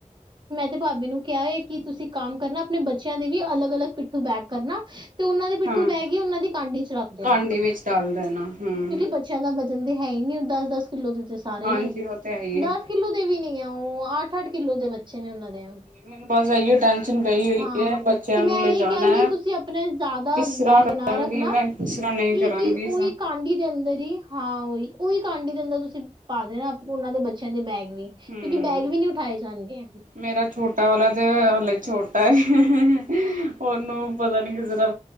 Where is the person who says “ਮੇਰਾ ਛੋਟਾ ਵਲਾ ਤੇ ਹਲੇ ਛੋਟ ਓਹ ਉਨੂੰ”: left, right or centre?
Right